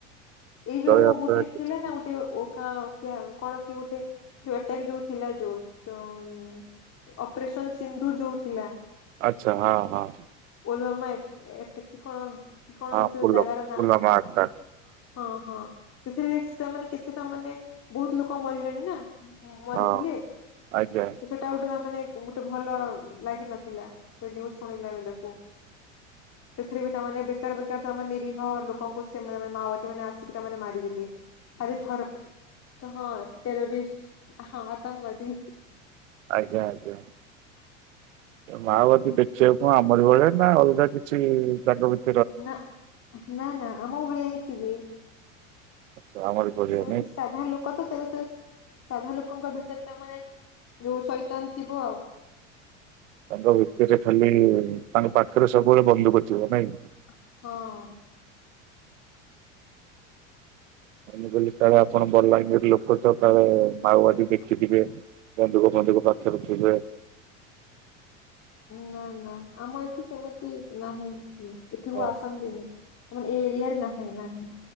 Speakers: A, on the left; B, on the right.
A: ଏଇ ଯୋଉ
B: ଦୟାଦୟା
A: ଗୋଟେ
B: କିଛି
A: ଥିଲା
B: ନାହିଁ।
A: ନା ଗୋଟେ ଓ ଖା କ୍ୟା କଣ କି ଗୋଟେ ଯୋଉଟାକି ଯୋଉ ଥିଲା ଯୋଉ ତ ଉଁ ଅପରେସନ ସିନ୍ଦୁର ଯୋଉ ଥିଲା।
B: ଆଚ୍ଛା ହଁ ହଁ।
A: ପୁଲୁଆମା ଏକ୍ ଏଟକ୍ କି କଣ କଣ
B: ହଁ
A: କିଛି ସେ
B: ଫୁଲ
A: ଜାଗାର ନାଁ
B: ଫୁଲ ମାର୍କ ଟା
A: ହଁ ହଁ। ସେଥିରେ ତା ମାନେ କେତେ ତା ମାନେ ବହୁତ ଲୋକ ମରିଲେଣି ନା। ଉଁ ମରିଥିଲେ
B: ହଁ ଆଜ୍ଞା
A: ତ ସେଟ ଏଟା ଗୋଟେ ତା ମାନେ ଗୋଟେ ଭଲ ଲାଗିିନଥିଲା ସେ ନ୍ୟୁଜ୍ ଶୁଣିଲା ବେଳକୁ। ସେଥିରେ ବି ତାମାନେ ବେ ବେକାର ବେକାର ତ ଆମ ନିରୀହ ଲୋକଙ୍କୁ ସେମାନେ ମାଓବାଦୀ ମାନେ ଆସିକି ତାମାନେ ମାରିଦେଲି। ଆରେ ଧର ହଁ ଟେରରିଷ୍ଟ ହଁ ଆତଙ୍କବାଦୀ।
B: ଆଜ୍ଞା ଆଜ୍ଞା। ମାଓବାଦୀ ଦେଖିବାକୁ ଆମରି ଭଳିଆ ନା ଅଲଗା କିଛି ତାଙ୍କ ଭି
A: ନା। ନା ନା ଆମ ଭଳିଆ ହିଁ ଥିବେ।
B: ଆଚ୍ଛା ଆମରି ଭଳିଆ
A: ସେମିତି
B: ନାଇଁ
A: ସାଧା ଲୋକ ତ <unintelligible> ସାଧା ଲୋକଙ୍କ ଭିତରେ ତାମାନେ ଯୋଉ ସୈତାନ ଥିବ ଆଉ।
B: ତାଙ୍କ ଭିତରେ ଖାଲି ତାଙ୍କ ପାଖରେ ସବୁବେଳେ ବନ୍ଧୁକ ଥିବ ନାଇଁ।
A: ହଁ।
B: ମୁଁ କହିଲି କାଳେ ଆପଣ ବଲାଙ୍ଗୀର ଲୋକ ତ କାଳେ ମାଓବାଦୀ ଦେଖିଥିବେ। ବନ୍ଧୁକ ଫନ୍ଧୁକ ପାଖରେ ଥିବେ।
A: ନା ନା। ଆମ ଏଠି ସେମିତି ନାହିଁ। ଏଠିକୁ
B: ହଉ।
A: ଆସନ୍ତିନି। ଏ ଏରିଆରେ ନାହିଁ ନାହିଁ।